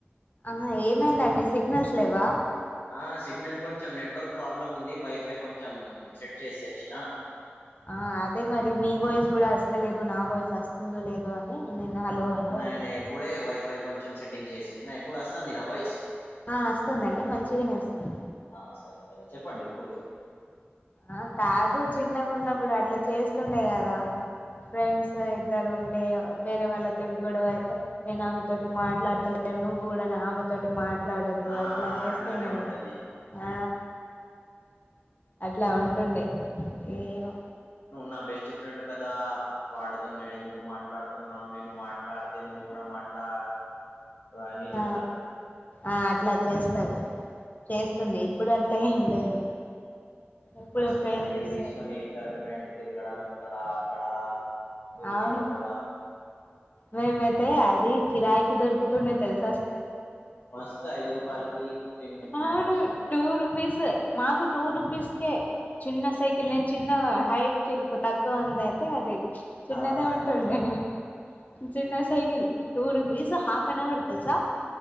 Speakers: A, on the left; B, on the left.
A: ఆహ ఏమైందండి సిగ్నల్స్ లెవ్వ
B: ఆ సిగ్నల్ కొంచెం నెట్వర్క్ ప్రాబ్లం ఉంది వైఫై కొంచెం సెట్ చేసి వచ్చిన
A: ఆ అదే మరి మీ వాయిస్ కూడా ఆస్తలేదు నా వాయిస్ కూడా ఆస్తుందో లేదో అని నేను హలో హలో
B: నైనా
A: అంటున్నా
B: ఇప్పుడే వైఫై కొంచెం సెట్టింగ్ చేసి ఇప్పుడు వస్తంది నా వాయిస్
A: ఆ వస్తుందండి మంచిగానే వస్తుంది
B: ఆ సరే సరే చెప్పండి ఇప్పుడు చెప్పం
A: ఆ కాదు చిన్నగున్నప్పుడు అట్లా చేస్తుండే కదా ఫ్రెండ్స్ ఇద్దరు ఉంటే వేరే వాళ్ళ తిరిగు గొడవ అయితే నేను ఆమెతోటి మాట్లాడుతలే నువ్వు కూడా నా ఆమె తోటి మాట్లాడొద్దు
B: ఆ
A: అట్లా
B: ఆ
A: చేస్తుండే
B: అట్లానే ఉంటది
A: కద్ ఆ అట్లా ఉంటుండే ఏమో
B: నువ్వు నా బెస్ట్ ఫ్రెండ్ కదా వాడుతో నువ్ ఎందుకు మాట్లాడుతున్నావు నేను మాట్లాడు నే నువ్ కూడా మాట్లా అని చెప్తాడు
A: ఆ ఆ అట్లా చేస్తారు చేస్తుండే ఇప్పుడు అట్లా ఏం లేదు ఇప్పుడు
B: మస్తు
A: ఫ్రెండ్స్
B: సైకిల్ తీసుకొని ఇద్దరు ఫ్రెండ్ తిరగడం ఇక్కడ అక్కడ స్కూల్కి
A: అవును
B: పోవడం
A: మేమైతే అది కిరాయికి దొరుకుతుండే తెల్
B: మస్త ఐదు రూపాయలకి ఫిఫ్టీన్ మినట్స్
A: అవును టూ రూపీస్ మాకు టూ రూపీస్కే చిన్న సైకిల్ నేను చిన్న హైట్ చి తక్కువ ఉందయితే అది చిన్నదే
B: అవును
A: ఉంటుండే
B: అవును
A: చిన్న సై cycle two rupees half an hour తెలుసా